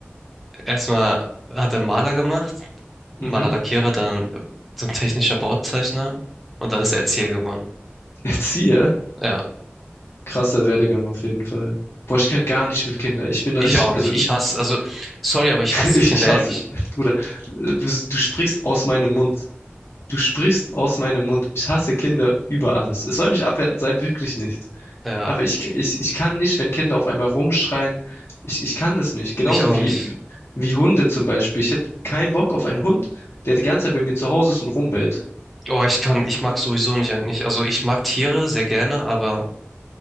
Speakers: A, in the centre; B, on the left.
A: Erstmal hat er Maler gemacht, Malerlackierer,
B: Mhm.
A: dann äh, so ein technischer Bauzeichner und dann ist er Erzieher geworden.
B: Erzieher,
A: Ja,
B: krasser Werdegang auf jeden Fall. Boah, ich könnte gar nicht mit Kindern. Ich bin da
A: ich
B: richtig,
A: auch nicht.
B: also
A: Ich hasse, also sorry, aber ich hasse
B: Ich
A: Kinder,
B: hasse,
A: ehrlich.
B: Bruder, du, du sprichst aus meinem Mund. Du sprichst aus meinem Mund. Ich hasse Kinder über alles. Es soll nicht abwertend sein, wirklich nicht.
A: Ja,
B: Aber ich, ich, ich kann nicht, wenn Kinder auf einmal rumschreien. Ich, ich kann das nicht. Genauso
A: ich auch
B: wie,
A: nicht.
B: wie Hunde zum Beispiel. Ich hätte keinen Bock auf einen Hund, der die ganze Zeit bei mir zu Hause ist und rumbellt.
A: Oh, ich kann, ich mag sowieso nicht eigentlich. Also ich mag Tiere sehr gerne, aber